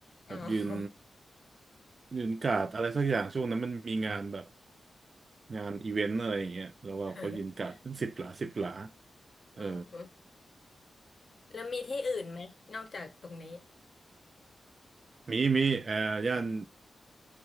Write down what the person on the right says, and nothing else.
แบบยืนยืนการ์ดอะไรสักอย่างช่วงนั้นมันมีงานแบบงานอีเวนต์อะไรอย่างเงี้ยแล้วว่าเขายืนการ์ดเป็นสิบหลาสิบหลา
เออ
มีมีเอ่อย่าน